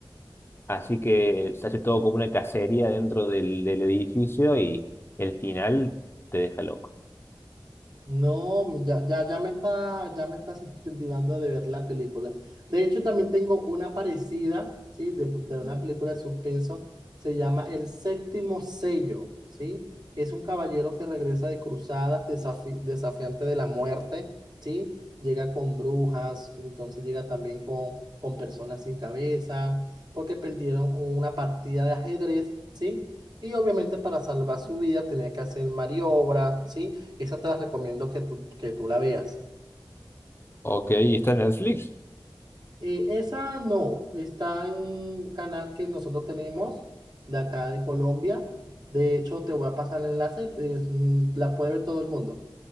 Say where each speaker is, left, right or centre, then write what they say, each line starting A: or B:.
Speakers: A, on the left; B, on the right.
A: Así que se hace todo como una cacería dentro del, del edificio y el final te deja loco.
B: No, ya, ya, ya me está, ya me estás <laughs> incentivando de ver la película. De hecho, también tengo una parecida, ¿sí? De, de una película de suspenso. Se llama El Séptimo Sello, ¿sí? Es un caballero que regresa de cruzadas, desafi- desafiante de la muerte, ¿sí? Llega con brujas, entonces llega también con, con personas sin cabeza, porque perdieron una partida de ajedrez, ¿sí? Y obviamente para salvar su vida tenía que hacer maniobras, ¿sí? Esa te la recomiendo que tú, que tú la veas.
A: Ok, ¿y está en Netflix?
B: Eh, esa no, está en un canal que nosotros tenemos de acá de Colombia. De hecho, te voy a pasar el enlace, es, mm, la puede ver todo el mundo.